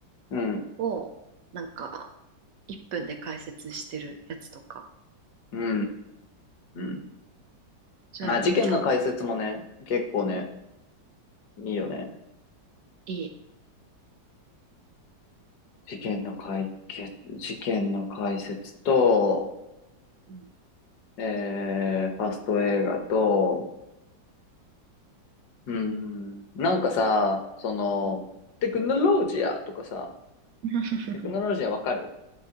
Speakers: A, on the left (about 65°); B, on the right (about 70°).
A: うん、うん、
B: を、なんか、1分で解説してるやつとか。
A: うん、う
B: うん。
A: ん、
B: そういうの見ちゃ
A: うん。あ、事件の解説もね、結構ね、
B: う。うん。
A: いいよね。
B: いい。
A: 事件の解決、事件の解説と、
B: うん。
A: えー、ファスト映画と、うん、なんかさ、その、
B: うん。
A: テクノロジアとかさ、
B: <laughs>
A: テクノロジアわかる